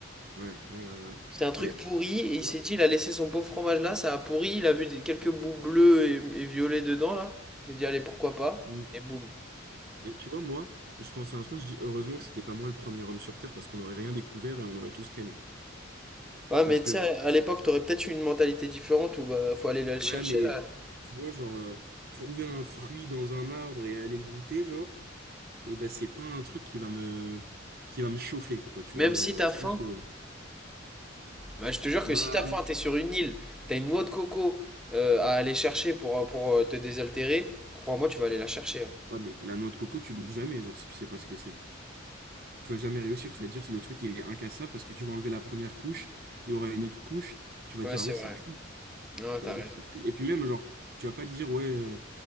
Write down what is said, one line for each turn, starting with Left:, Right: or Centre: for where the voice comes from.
Right: Ouais. Ouais. euh,
Centre: C'est un truc
Right: mais,
Centre: pourri, et
Right: tu
Centre: il
Right: vois,
Centre: s'est dit, il a laissé son pauvre fromage là, ça a pourri, il a vu des- quelques bouts bleus et, et violets dedans, là. Il s'est dit, allez, pourquoi pas?
Right: mm.
Centre: Et boum.
Right: Et tu vois, moi, je pense à un truc, je dis, heureusement que c'était pas moi le premier homme sur Terre parce qu'on n'aurait rien découvert et on aurait tout scanné.
Centre: Ouais,
Right: Parce
Centre: mais tu
Right: que,
Centre: sais, à l'époque, t'aurais peut-être eu une mentalité différente où bah, faut aller le chercher
Right: ouais, mais,
Centre: là.
Right: tu vois, genre, euh, trouver un fruit dans un arbre et aller le goûter, genre, et ben, c'est pas un truc qui va me, qui va me chauffer, quoi, tu
Centre: Même
Right: vois. Genre,
Centre: si
Right: euh,
Centre: t'as
Right: je
Centre: faim,
Right: pense que.
Centre: Bah, je te jure
Right: Bah,
Centre: que si t'as faim, t'es sur une île, t'as une noix de coco euh, à aller chercher pour, euh, pour euh, te désaltérer, crois-moi, tu vas aller la chercher. hein.
Right: Ouais, mais la noix de coco, tu l'ouvres jamais, genre, si tu sais pas ce que c'est. Tu vas jamais réussir, tu vas dire, le truc, il est incassable parce que tu vas enlever la première couche, il y aura une autre couche, tu vas
Centre: Ouais,
Right: dire,
Centre: c'est
Right: ah ouais, c'est
Centre: vrai.
Right: cuit.
Centre: Non,
Right: Tu
Centre: t'as
Right: vas dire,
Centre: raison.
Right: c'est cuit. Et puis même, genre, tu vas pas te dire, ouais, euh,